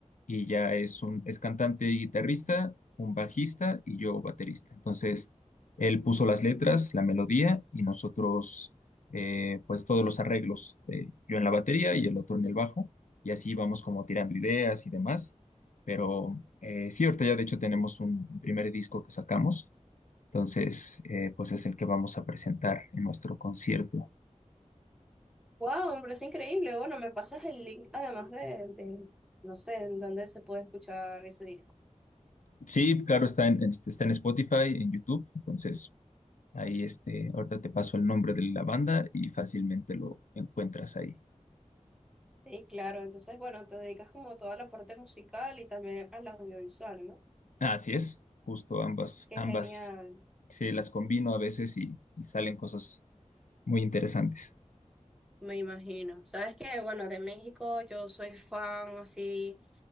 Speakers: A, on the left; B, in the centre.
A: y ya es un es cantante y guitarrista, un bajista y yo baterista. Entonces, él puso las letras, la melodía y nosotros, eh, pues todos los arreglos, eh, yo en la batería y el otro en el bajo y así vamos como tirando ideas y demás. Pero eh, sí, ahorita ya de hecho tenemos un, un primer disco que sacamos. Entonces, eh, pues es el que vamos a presentar en nuestro concierto.
B: ¡Wow! Me parece increíble. Bueno, me pasas el link además de, de- no sé, en dónde se puede escuchar ese disco.
A: Sí, claro, está en, este, está en Spotify, en YouTube, entonces ahí este, ahorita te paso el nombre de la banda y fácilmente lo encuentras ahí.
B: Sí, claro. Entonces, bueno, te dedicas como a toda la parte musical y también al audiovisual, ¿no?
A: Ah, así es, justo ambas,
B: Qué
A: ambas,
B: genial.
A: se las combino a veces y, y salen cosas muy interesantes.
B: Me imagino. ¿Sabes que Bueno, de México yo soy fan así